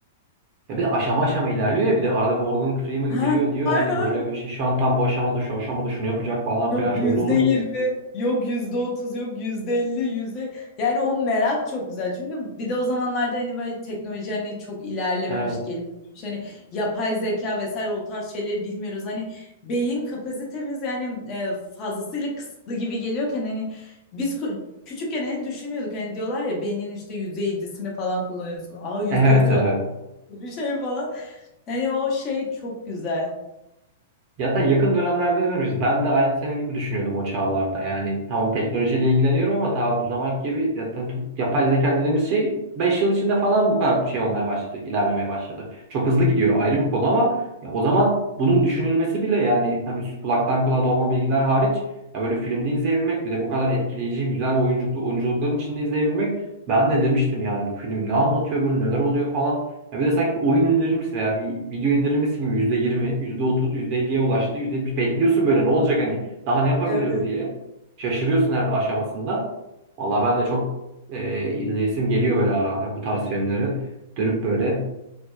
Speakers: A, on the right; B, on the left.
A: Ya bir de aşama aşama ilerliyor ya bir de arada Morgan Freeman
B: Ha,
A: giriyor diyor
B: aynen
A: hani böyle
B: aynen.
A: bir şey şu an tam bu aşamada şu aşamada şunu yapacak falan
B: Yok
A: filan şöyle
B: yüzde
A: olur.
B: yirmi, yok yüzde otuz, yok yüzde elli, yüzde... Yani o merak çok güzel. Çünkü bir de o zamanlarda hani böyle teknoloji hani çok ilerlememiş,
A: Evet.
B: gelişmiş.
A: <laughs>
B: Hani yapay zeka vesaire o tarz şeyleri bilmiyoruz. Hani beyin kapasitemiz yani e, fazlasıyla kısıtlı gibi geliyorken hani biz ku- küçükken hani düşünüyorduk. Hani diyorlar ya beynin işte yüzde yedisini falan kullanıyorsun. Aa yüzde
A: Evet
B: yüzü
A: evet.
B: var, <laughs> bir şey falan. Hani o şey çok güzel.
A: Zaten yakın dönemlerde izlemişiz. Ben de aynı senin gibi düşünüyordum o çağlarda. Yani tamam teknolojiyle ilgileniyorum ama tabii bu zamanki gibi zaten tu- yapay zeka dediğimiz şey 5 yıl içinde falan bu kadar bir şey olmaya başladı, ilerlemeye başladı. Çok hızlı gidiyor ayrı bir konu ama ya o zaman bunun düşünülmesi bile yani tabii kulaktan kulağa dolma bilgiler hariç ya böyle filmde izleyebilmek bir de bu kadar etkileyici, güzel oyunculuklu oyunculukların içinde izleyebilmek ben de demiştim yani bu film ne anlatıyor böyle neler oluyor falan. Ya bir de sanki bir oyun indirirmiş veya bir video indirirmişsin gibi yüzde yüzde yirmi yüzde otuz yüzde elliye ulaştı, %70 bekliyorsun böyle ne olacak hani daha ne yapabilir
B: Evet.
A: bu diye. Şaşırıyorsun her aşamasında. Vallahi ben de çok e, izleyesim geliyor böyle ara ara bu tarz filmleri. Dönüp böyle